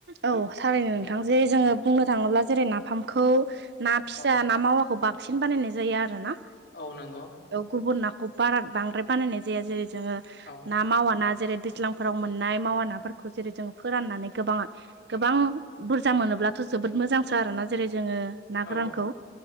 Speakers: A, on the right; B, on the left.
A: औ थारैनो नोंथां जे जोङो बुंनो थाङोब्ला जेरै नाफामखौ ना फिसा
B: औ
A: ना मावाखौ बांसिन बानायनाय जायो आरो ना
B: औ नंगौ
A: औ गुबुन नाखौ बारा बांद्राय बानायनाय जाया जेरै जोङो
B: औ
A: ना मावा ना जेरै दैज्लां फोराव मोननाय मावा नाफोरखौ जेरै जों फोराननानै गोबाङा गोबां बुरजा मोनोब्लाथ' जोबोद मोजांसो आरोना जेरै जोङो ना
B: औ
A: गोरानखौ